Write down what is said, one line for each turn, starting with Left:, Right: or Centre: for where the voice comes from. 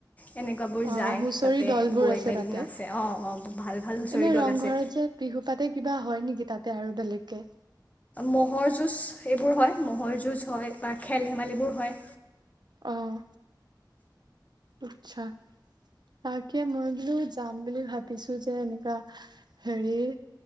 Left: এনেকুৱাবোৰ
Right: অ
Left: যায়
Right: হুঁচৰি
Left: তাতে
Right: দল বোৰ
Left: গৈ
Right: আছে
Left: মেলি
Right: তাতে
Left: নাচে অঁ অঁ ভাল ভাল হুঁচৰি
Right: এনে
Left: দল
Right: ৰংঘৰত
Left: আছে
Right: যে বিহু পাতে কিবা হয় নেকি তাত এতিয়া আৰু বেলেগকে
Left: ম'হৰ যুঁজ এইবোৰ হয় ম'হৰ যুঁজ হয় বা খেল ধেমালিবোৰ হয়
Right: আহ আচ্ছা তাকে মই বোলো যাম বুলি ভাবিছো যে এনেকা হেৰি